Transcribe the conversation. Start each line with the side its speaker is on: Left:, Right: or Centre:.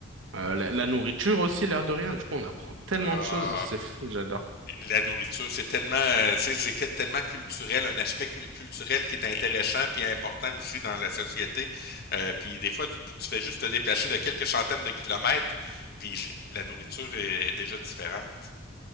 Right: Euh, la, la nourriture aussi, l'air de rien. Du coup, on apprend tellement
Left: Ah,
Right: de choses, c'est fou, j'adore.
Left: la nourriture, c'est tellement, euh, tu sais, c'est tellement culturel, un aspect cul- culturel qui est intéressant puis important aussi dans la société. Euh, puis des fois, tu, tu fais juste te déplacer de quelques centaines de kilomètres, puis j- la nourriture est, est déjà différente.